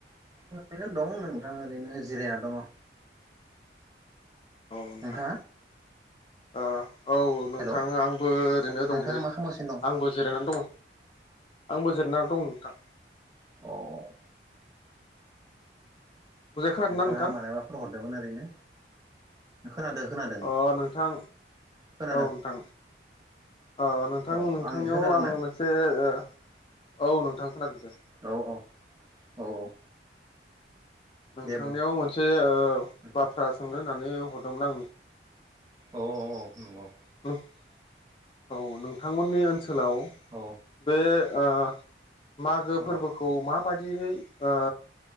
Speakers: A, on the right (about 20°); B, on the left (about 30°).
A: ओरैनो दं नोंथां ओरैनो जिरायना दङ।
B: औ नोंथां
A: नोंथाङा
B: ओ औ नोंथां
A: हेलौ
B: आंबो ओरैनो
A: नोंथाङा
B: दं दे
A: मा खालामगासिनो दं
B: आंबो जिरायनानै दङ आंबो जेराना दं नोंथां
A: औ
B: मोजाङै खोनादोंना
A: नोंथांङा
B: नोंथां
A: माइबाफोर हरदोंमोन ओरैनो खोनादों खोनादों
B: अ नोंथां
A: खोनादों
B: औ नोंथां। ओ नोंथां
A: औ
B: नोंथांनियाव
A: आंनिखौ खोनादोंना
B: आंङो मोनसे ओ औ नोंथां। खोनादों दे
A: औ औ। औ
B: नोंथांनियाव
A: दे बुं
B: मोनसे ओ
A: नोंथां
B: बाथ्रा सोंनो होननानै हरदोंमोन आं
A: औ औ औ नंगौ
B: नोंथां ओ‌ <unintelligible> औ नोंथांमोननि ओनसोल ओनसोलाव
A: औ
B: बे ओ मागो फोरबोखौ
A: औ
B: माबायदि <unintelligible> ओ